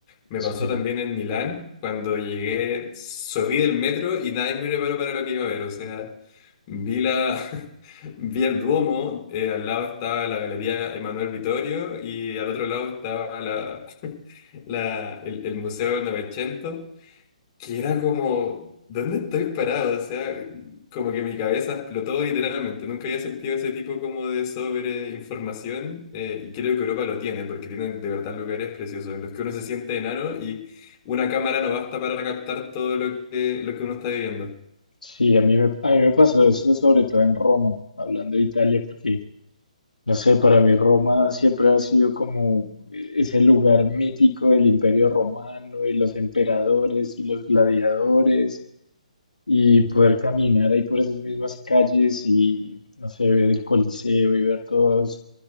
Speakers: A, on the left (about 30°); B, on the left (about 80°).
A: Me
B: Sí.
A: pasó también en Milán, cuando llegué, subí del metro y nadie me preparó para lo que iba a ver, o sea, vi la, <laughs> Vi el Duomo, eh, al lado estaba la Galería Emanuel Vittorio y al otro lado estaba la, <laughs> la- el, el Museo del Novecento, que era como, ¿dónde estoy parado? O sea, como que mi cabeza explotó literalmente. Nunca había sentido ese tipo como de sobreinformación eh, y creo que Europa lo tiene, porque tienen de verdad lugares preciosos en los que uno se siente enano y una cámara no basta para captar todo lo que, lo que uno está viviendo.
B: Sí, a mí me, a mí me pasó eso sobre todo en Roma, hablando de Italia, porque, no sé, para mí Roma siempre ha sido como eh, ese lugar mítico del Imperio Romano y los emperadores y los gladiadores y
A: Mm.
B: poder caminar ahí por esas mismas calles y, no sé, ver el Coliseo y ver todos.